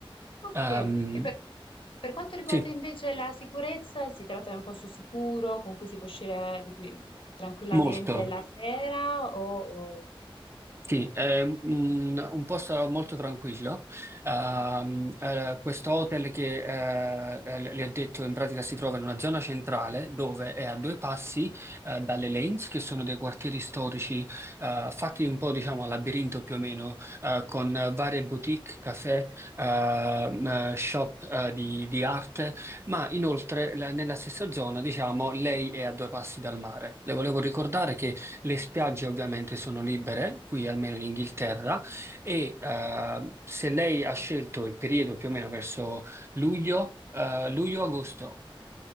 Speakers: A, on the left (about 65°); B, on the right (about 25°).
A: Ok,
B: Ehm,
A: e per, per quanto riguarda
B: sì,
A: invece la sicurezza, si tratta di un posto sicuro con cui si può uscire di qui tranquillamente
B: molto.
A: la sera o, o-
B: Sì, è un, un posto molto tranquillo. Ehm, eh, questo hotel che eh, le le ho detto in pratica si trova in una zona centrale dove è a due passi eh, dalle Lanes, che sono dei quartieri storici eh, fatti un po' diciamo a labirinto più o meno, eh, con varie boutique, caffè, ehm, eh, shop eh, di, di arte, ma inoltre la- nella stessa zona diciamo lei è a due passi dal mare. Le volevo ricordare che le spiagge ovviamente sono libere, qui almeno in Inghilterra, e eh, se lei ha scelto il periodo più o meno verso luglio, eh, luglio-agosto,